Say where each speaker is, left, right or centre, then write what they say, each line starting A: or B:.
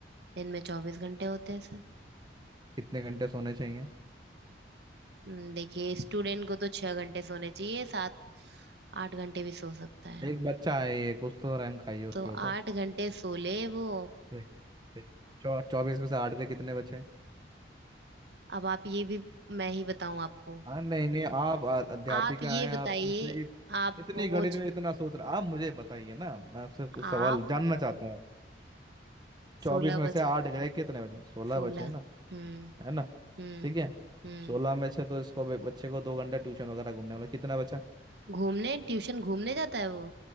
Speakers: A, on the right; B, on the right.
A: दिन में चौबीस घंटे होते हैं सर
B: कितने घंटे सोने चाहिए
A: हम्म, देखिए स्टूडेंट को तो छह घंटे सोने चाहिए सात आठ घंटे भी सो सकता है
B: एक बच्चा है ये कुछ तो रैम खाइए उसके
A: तो
B: ऊपर
A: आठ घंटे सो ले वो
B: ठीक, ठीक। चौ चौबीस में से आठ के कितने बचे
A: अब आप ये भी मैं ही बताऊं आपको
B: हाँ नहीं नहीं आप आ- अध्यापिका
A: आप ये
B: हैं आपको
A: बताइए
B: इतनी इत-
A: आप
B: इतनी
A: वो
B: गणित में इतना सोच रहा आप मुझे बताइए ना मैं आपसे कुछ
A: आप
B: सवाल जानना चाहता हूँ चौबीस
A: सोलह
B: में
A: बचे
B: से आठ गए कितने बचे सोलह
A: सोलह
B: बचे ना
A: हम्म
B: है ना
A: हम्म
B: ठीक है
A: हम्म
B: सोलह में से तो इसको बे- बच्चे को दो घंटा ट्यूशन वगैरह घूमने वाला कितना बचा
A: घूमने ट्यूशन घूमने जाता है वो